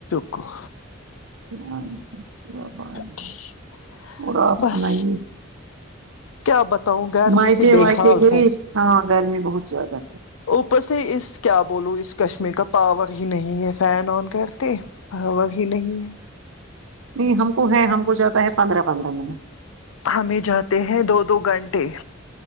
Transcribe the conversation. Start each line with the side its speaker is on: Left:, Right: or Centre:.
Left: کح
Right: ہاں بپ <unintelligible>
Left: ٹھیک
Right: اور اپ
Left: بس
Right: سنائے
Left: کیا بتاؤں گرمی
Right: مایکے
Left: سے بے
Right: مایکے
Left: حال
Right: گئی
Left: ہوں
Right: ہے ہاں گرمی بہت زیادہ ہے
Left: اوپر سے اس کیا بولو اس چشمے کا پاور ہی نہیں ہے فین آن کرتے ہوا ہی نہیں ہے
Right: نہیں ہم کو ہے ہم کو جاتا ہے پندرہ پندرہ منٹ
Left: ہم بھی جاتے ہیں دو دو گنٹے